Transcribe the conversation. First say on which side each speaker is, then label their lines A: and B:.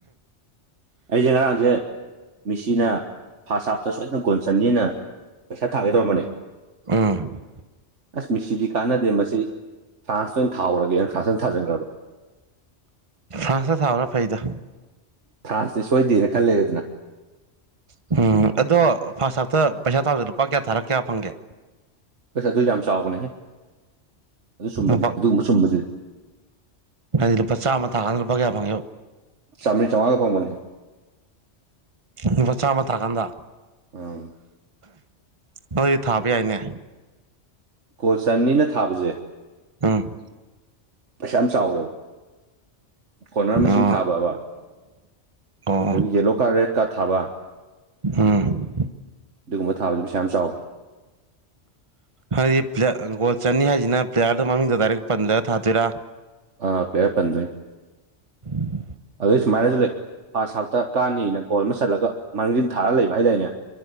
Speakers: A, on the right; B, on the right.
A: ꯑꯩꯁꯦ ꯉꯔꯥꯡꯁꯦ ꯃꯤꯁꯤꯅ ꯐꯥꯁꯥꯞꯇ ꯁꯣꯏꯗꯅ ꯒꯨꯣꯟ ꯆꯟꯅꯤꯅ ꯄꯩꯁꯥ ꯊꯥꯒꯗꯧꯔꯝꯕꯅꯦ
B: ꯎꯝ
A: ꯑꯁ ꯃꯤꯁꯤꯗꯤ ꯀꯥꯟꯅꯗꯦ ꯃꯁꯤ ꯐ꯭ꯔꯥꯟꯁꯇ ꯑꯣꯏꯅ ꯊꯥꯎꯔꯒꯦꯅ ꯐ꯭ꯔꯥꯟꯁ ꯑꯣꯏꯅ ꯊꯥꯖꯤꯟꯈ꯭ꯔꯕ
B: ꯐꯁ ꯊꯕꯅ ꯐꯩꯗ
A: ꯊ꯭ꯔꯥꯁꯇꯤ ꯁꯣꯏꯗꯦꯅ ꯈꯜꯂꯦ ꯑꯗꯨꯅ
B: ꯎꯝ ꯑꯗꯣ ꯐꯥꯔꯁ ꯍꯥꯞꯇ ꯄꯩꯁꯥ ꯊꯥꯕꯁꯤꯗ ꯂꯨꯄꯥ ꯀꯌꯥ ꯊꯥꯔꯛ ꯀꯌꯥ ꯐꯪꯒꯦ
A: ꯑꯁ ꯑꯗꯨ ꯌꯥꯝ ꯆꯥꯎꯕꯅꯦꯍꯦ ꯑꯗꯨ ꯆꯨꯝꯕꯗꯤ
B: ꯂꯨꯄꯥ
A: ꯑꯗꯨꯒꯨꯝꯕ ꯆꯨꯝꯕꯁꯤꯗꯤ
B: ꯍꯥꯏꯗꯤ ꯂꯨꯄꯥ ꯆꯥꯝꯃ ꯊꯥꯀꯥꯟꯗ ꯂꯨꯄꯥ ꯀꯌꯥ ꯐꯪꯉꯦꯕ
A: ꯆꯥꯝꯃꯔꯤ ꯆꯥꯝꯃꯉꯥꯒ ꯐꯪꯕꯅꯤ
B: ꯅꯨ ꯆꯥꯃ ꯇꯔꯀꯥꯟꯗ
A: ꯎꯝ
B: ꯅꯣꯏꯗꯤ ꯊꯥꯕ ꯌꯥꯏꯅꯦ
A: ꯀꯣꯜ ꯆꯟꯅꯤꯅ ꯊꯥꯕꯁꯦ
B: ꯎꯝ
A: ꯄꯩꯁꯥ ꯌꯥꯝ ꯆꯥꯎꯋꯦꯕ ꯀꯣꯅꯔ
B: ꯑꯣ
A: ꯃꯁꯤꯡ ꯊꯥꯕꯑꯕ
B: ꯑꯣ
A: ꯑꯗꯨ ꯌꯦꯂꯣ ꯀꯥꯔ ꯔꯦꯠ ꯀꯥꯔ ꯊꯥꯕ
B: ꯎꯝ
A: ꯑꯗꯨꯒꯨꯝꯕ ꯊꯥꯕꯁꯤꯁꯨ ꯄꯩ ꯌꯥꯝ ꯆꯥꯎꯋꯦ
B: ꯍꯥꯏꯗꯤ꯭ꯂ ꯒꯣꯜ ꯆꯠꯅꯤ ꯍꯥꯏꯁꯤꯅ ꯄ꯭ꯂꯦꯌꯥꯔꯗ ꯃꯃꯤꯡꯗ ꯗꯥꯏꯔꯦꯛ ꯄꯟꯗꯒ ꯊꯥꯗꯣꯏꯔꯥ
A: ꯑ ꯀꯦ ꯄꯖꯦ
B: <unintelligible>
A: ꯑꯗꯨꯗ ꯁꯨꯃꯔꯦꯖ ꯂꯩꯦ ꯐꯥꯔꯁ ꯍꯥꯞꯇ ꯀꯥꯅꯤꯅ ꯒꯣꯜ ꯑꯃ ꯆꯠꯂꯒ ꯃꯥꯡꯖꯤꯟ ꯊꯥꯔꯒ ꯂꯩꯕ ꯍꯥꯏꯗꯥꯏꯅꯦ